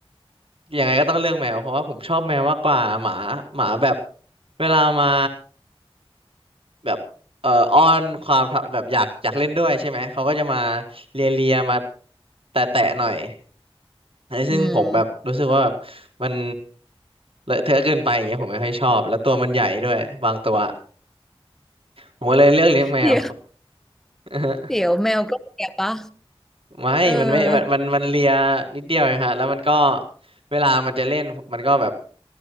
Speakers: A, on the right; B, in the centre.
A: ยังไงก็ต้องเลือกแมวเพราะว่าผมชอบแมวมากกว่าหมาหมาแบบเวลามาแบบเอ่ออ้อนความแบบอยากอยากเล่นด้วยใช่ไหมเขาก็จะมาเลียเลียมาแตะแตะหน่อย ไอ้ซึ่งผมแบบรู้สึกว่าแบบ
B: อืม
A: มันเลอะเทอะเกินไปอย่างเงี้ยผมไม่ค่อยชอบแล้วตัวมันใหญ่ด้วยบางตัวผมก็เลยเลือกเลี้ยงแมว
B: เดี๋ยว
A: <laughs>
B: เดี๋ยวแมวก็แก่ปะ
A: ไม่มันไม่มันมันมันเลียนิดเดียวเองฮะแล้วมันก็
B: เออ
A: เวลามันจะเล่นมันก็แบบ